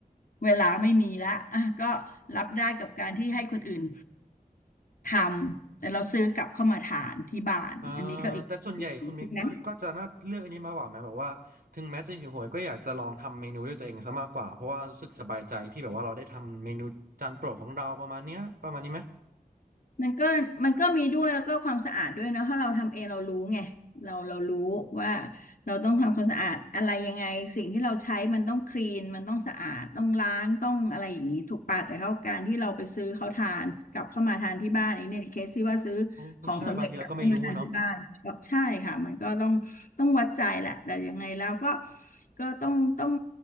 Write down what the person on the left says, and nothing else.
เวลาไม่มีละอ่ะก็รับได้กับการที่ให้คนอื่น ทำแต่เราซื้อกลับเข้ามาทานที่บ้านอันนี้ก็อีกอีกอย่างหนึ่งนะ
มันก็มันก็มีด้วยแล้วก็ความสะอาดด้วยเนอะถ้าเราทำเองเรารู้ไงเราเรารู้ว่า เราต้องทำความสะอาดอะไรยังไงสิ่งที่เราใช้มันต้องคลีนมันต้องสะอาดต้องล้างต้องอะไรอย่างนี้ถูกปะแต่เขาการที่เราไปซื้อเขาทานกลับเข้ามาทานที่บ้านอันนี้ในเคสที่ว่าซื้อของสำเร็จกลับเข้ามาทานที่บ้านก็ใช่ค่ะมันก็ต้องต้องวัดใจแหละแต่ยังไงแล้วก็
ก็ต้องต้อง